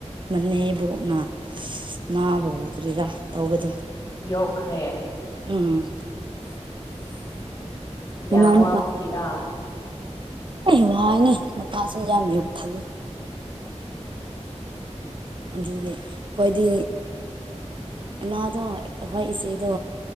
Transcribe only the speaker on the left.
ꯌꯣꯛꯈ꯭ꯔꯦ
ꯌꯥꯝ ꯋꯥꯕꯒꯤꯔꯥ?
ꯑꯣ